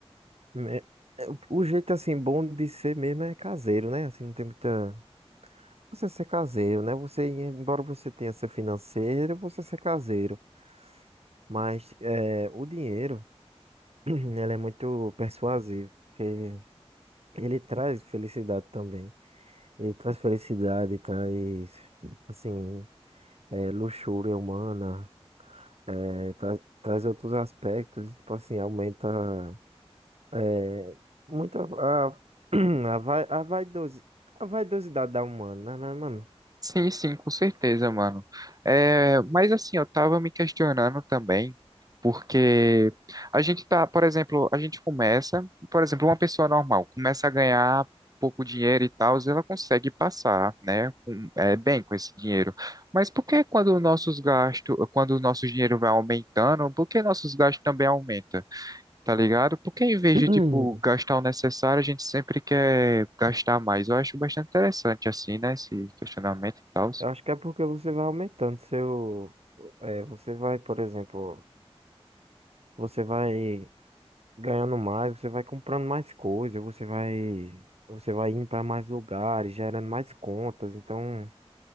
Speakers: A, on the right; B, on the right.
A: me- é, o o jeito assim bom de ser mesmo é caseiro, né? Assim, não tem muita. Você ser caseiro, né? Você, embora você tenha ser financeiro, você ser caseiro. Mas é, o dinheiro, <clears throat> ele é muito persuasivo, porque ele traz felicidade também. Ele traz felicidade, traz, assim, é, luxúria humana, é, tra- traz outros aspectos, tipo assim, aumenta é, muito a, a, <clears throat> a, vai- a, vaidosi- a vaidosidade da humana, né, né, mano?
B: Sim, sim, com certeza, mano. É, mas assim, eu tava me questionando também, porque a gente tá, por exemplo, a gente começa, por exemplo, uma pessoa normal começa a ganhar pouco dinheiro e tal, ela consegue passar, né, com- é, bem com esse dinheiro. Mas por que quando os nossos gastos, quando o nosso dinheiro vai aumentando, por que nossos gastos também aumentam? tá ligado? Porque em vez
A: <clears throat>
B: de, tipo,
A: Hum,
B: gastar o necessário, a gente sempre quer gastar mais. Eu acho bastante interessante, assim, né? Esse questionamento e tal.
A: Eu acho que é porque você vai aumentando seu. É, você vai, por exemplo, você vai. ganhando mais, você vai comprando mais coisas, você vai, você vai indo para mais lugares, gerando mais contas. Então,